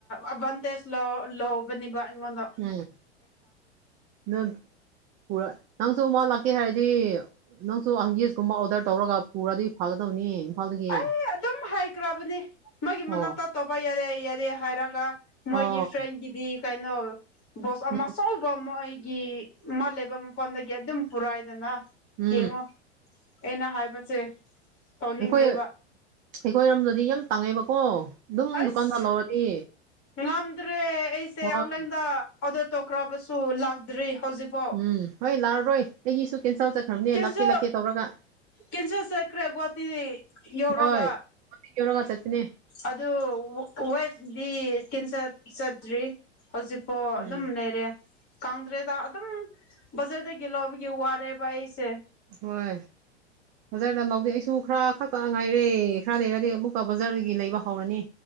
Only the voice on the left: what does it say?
ꯑꯗꯕꯟꯇꯦꯁ ꯂꯧ ꯂꯧꯕꯅꯦꯕꯥ ꯑꯩꯉꯣꯟꯗꯥ
ꯑꯩ ꯑꯗꯨꯝ ꯍꯥꯏꯈ꯭ꯔꯕꯅꯤ ꯃꯒꯤ
ꯃꯅꯥꯛꯇ ꯇꯧꯕ ꯌꯥꯔꯦ ꯌꯥꯔꯦ ꯍꯥꯏꯔꯒ ꯃꯣꯏꯒꯤ
ꯐ꯭ꯔꯦꯟꯒꯤꯗꯤ ꯀꯩꯅꯣ ꯕꯣꯁ ꯑꯃꯥ
ꯃꯣꯏꯒꯤ ꯃꯥ ꯂꯩꯕ ꯃꯐꯝꯗꯒꯤ ꯑꯗꯨꯝ ꯄꯨꯔꯥꯏꯗꯅ
ꯌꯦꯡꯉꯣ ꯑꯩꯅ ꯍꯥꯏꯕꯁꯦ ꯇꯧꯅꯤꯡꯗꯦ
ꯑꯩꯁ
ꯉꯝꯗ꯭ꯔꯦ ꯑꯩꯁꯦ
ꯑꯣꯟꯂꯥꯏꯟꯗ ꯑꯣꯗꯔ ꯇꯧꯈ꯭ꯔꯕꯁꯨ ꯂꯥꯛꯇ꯭ꯔꯤ ꯍꯧꯖꯤꯛꯐꯥꯎ
ꯀꯦꯟꯁꯦꯜ
ꯀꯦꯟꯁꯦꯜ ꯆꯠꯈ꯭ꯔꯦ ꯒꯨꯍꯥꯇꯤꯗꯤ ꯌꯧꯔꯒ
ꯑꯗꯣ ꯋꯥꯐꯇꯤ ꯀꯦꯟꯆꯦꯜ ꯆꯠꯇ꯭ꯔꯤ ꯍꯧꯖꯤꯛꯄꯣ
ꯑꯗꯨꯝ ꯂꯩꯔꯦ ꯈꯪꯗ꯭ꯔꯦꯗ ꯑꯗꯨꯝ ꯕꯖꯔꯗꯒꯤ ꯂꯧꯕꯒꯤ ꯋꯥꯔꯦꯕ ꯑꯩꯁꯦ